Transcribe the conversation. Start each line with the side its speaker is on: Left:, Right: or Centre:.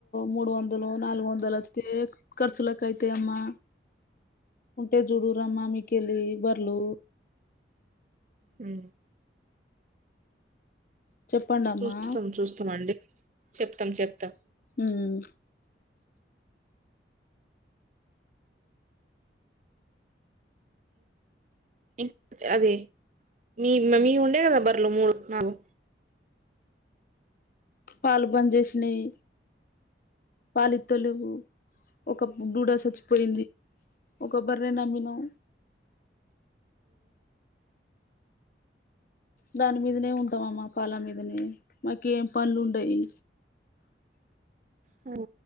Left: మూడు వందలో నాలుగు వందలు ఒత్తే ఖర్చులకయితయమ్మ ఎజురానన్ మీకెళ్లి బర్ నో
Right: ఉ
Left: చెప్పండమ్మా
Right: చూస్తాం చూస్తాం అండి చెప్తాం చెప్తాం
Left: ఊమ్
Right: ఇం అది మీ నీ ఉండే కదా బర్లు మూడు నాలుగు
Left: పాలు బంజేష్ణయ్ పాలిత్తలెవ్వు ఒక బుడసచ్ పయింది బరే నమ్మినవ్ దాని మీదనే ఉంటమమ్మా పాల మీదనే మాకు ఏం పనులు ఉండయి
Right: ఓ